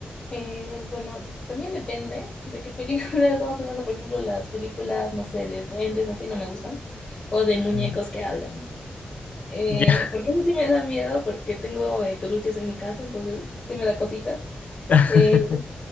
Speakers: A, on the left; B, on the left.
A: Eh, bueno, también depende de qué película <laughs> estamos hablando. Por ejemplo, las películas, no sé, de duendes, así no me gustan. O de muñecos
B: Mm.
A: que hablan. Eh,
B: Ya.
A: porque a mí sí me da miedo, porque tengo eh, peluches en mi casa, entonces sí me da cositas.
B: <laughs>
A: Eh,